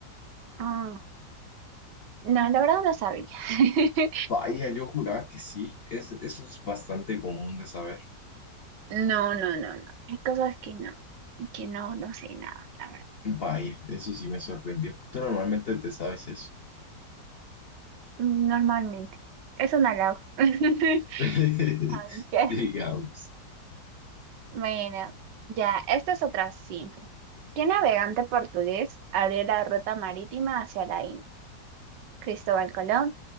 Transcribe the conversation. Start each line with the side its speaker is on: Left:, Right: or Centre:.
Right: Ah, no, la verdad no sabía. <laughs>
Left: Vaya, yo juraba que sí. Es, eso es bastante común de saber.
Right: No, no, no, no. Hay cosas que no, que no, no sé nada, la verdad.
Left: Vaya, eso sí me sorprendió. Tú normalmente te sabes eso.
Right: Mm, Normalmente. Es un halago. <laughs>
Left: <laughs>
Right: Ok.
Left: Digamos.
Right: Bueno, ya, esta es otra simple. ¿Qué navegante portugués abrió la ruta marítima hacia la India? ¿Cristóbal Colón,